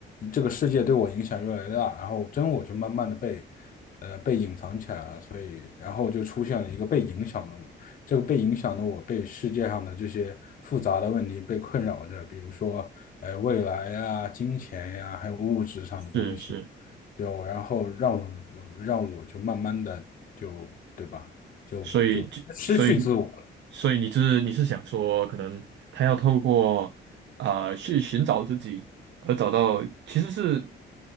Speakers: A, on the left (about 45°); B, on the right (about 65°).
A: 这个世界对我影响越来越大，然后真我就慢慢的被呃被隐藏起来了，所以然后就出现了一个被影响的我。这个被影响的我，被世界上的这些复杂的问题被困扰着，比如说，呃，未来呀、金钱呀，还有物质上的东西，
B: 是是，
A: 就然后让我让我就慢慢的就对吧，就就失去自我。
B: 所以就所以
A: 了。
B: 所以你是你是想说，可能他要透过啊、呃去寻找自己，而找到其实是